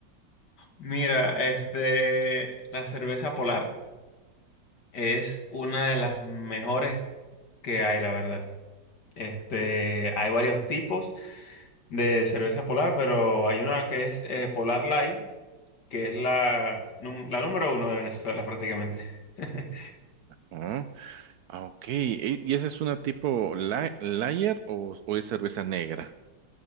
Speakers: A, on the left (about 65°); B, on the right (about 70°).
A: Mira, este, la cerveza Polar es una de las mejores que hay, la verdad. Este, hay varios tipos de cerveza Polar, pero hay una que es eh, Polar Light, que es la, num- la número uno de Venezuela prácticamente. <laughs>
B: Ah, ah, ok. E- ¿Y esa es una tipo la- lager o, o es cerveza negra?